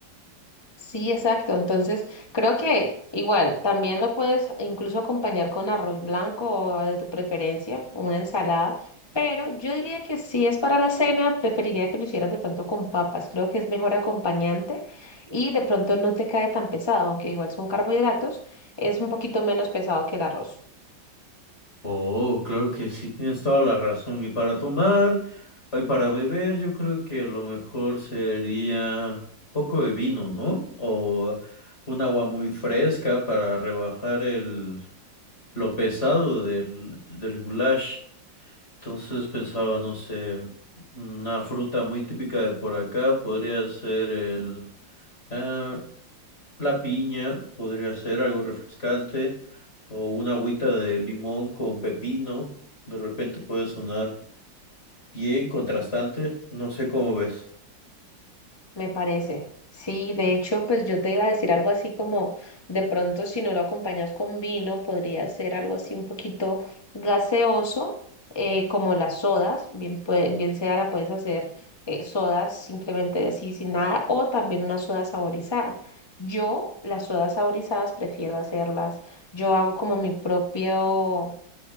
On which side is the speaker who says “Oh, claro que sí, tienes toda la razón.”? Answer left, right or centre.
Left